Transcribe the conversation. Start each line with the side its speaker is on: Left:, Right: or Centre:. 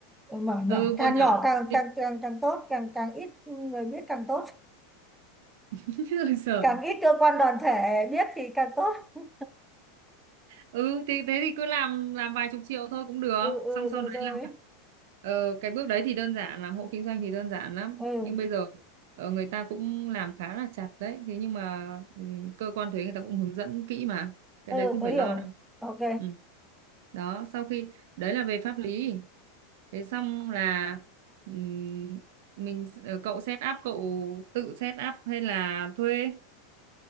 Centre: Ờ, mở nhỏ
Right: ừ
Centre: càng
Right: mở nhỏ
Centre: nhỏ càng
Right: thì
Centre: càng càng càng tốt càng càng ít người biết càng tốt
Right: <laughs> sợ
Centre: càng ít cơ quan đoàn thể biết thì càng tốt <laughs>
Right: ừ thì thế thì cứ làm làm vài chục triệu thôi cũng được
Centre: ừ ừ
Right: xong
Centre: rồi
Right: sau đấy
Centre: rồi
Right: là ờ, cái bước đấy thì đơn giản làm hộ kinh doanh thì đơn giản lắm
Centre: ừ
Right: nhưng bây giờ ờ, người ta cũng làm khá là chặt đấy thế nhưng mà ừ, cơ quan thuế người ta cũng hướng dẫn kỹ mà cái
Centre: ừ
Right: đấy không
Centre: tôi
Right: phải lo
Centre: hiểu
Right: đâu
Centre: ok
Right: ừ. đó sau khi đấy là về pháp lý thế xong là ừm, mình ờ, cậu set up cậu tự set up hay là thuê